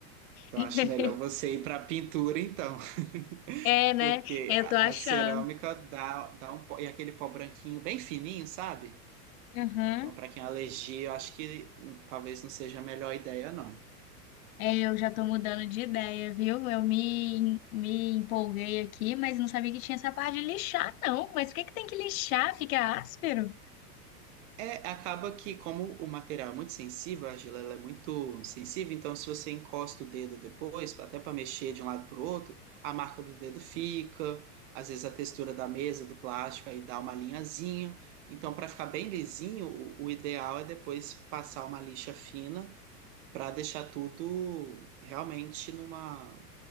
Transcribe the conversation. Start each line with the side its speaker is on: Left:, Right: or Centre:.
Right: então
Left: <laughs>
Right: acho melhor você ir para pintura então, <laughs>
Left: É, né?
Right: porque
Left: Eu
Right: a,
Left: tô achando.
Right: a cerâmica dá, dá um pó, e aquele pó branquinho bem fininho, sabe?
Left: Uhum.
Right: Então para quem é alergia, eu acho que hum, talvez não seja a melhor ideia não.
Left: É, eu já tô mudando de ideia, viu? Eu me, me empolguei aqui, mas não sabia que tinha essa parte de lixar, não. Mas por que que tem que lixar? Fica áspero?
Right: É, acaba que, como o material é muito sensível, a argila ela é muito sensível, então se você encosta o dedo depois, até para mexer de um lado para o outro, a marca do dedo fica, às vezes a textura da mesa, do plástico, aí dá uma linhazinha. Então, para ficar bem lisinho, o, o ideal é depois passar uma lixa fina para deixar tudo realmente numa,